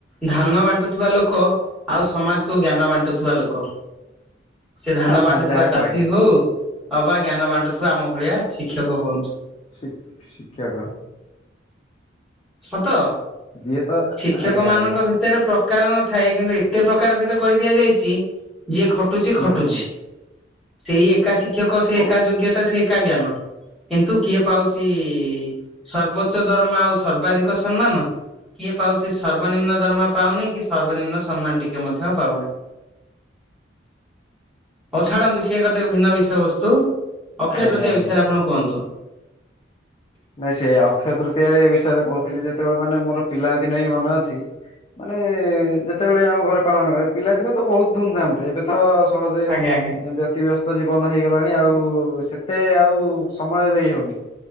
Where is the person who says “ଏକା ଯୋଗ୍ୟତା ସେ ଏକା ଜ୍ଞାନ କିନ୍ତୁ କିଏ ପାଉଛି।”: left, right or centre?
Centre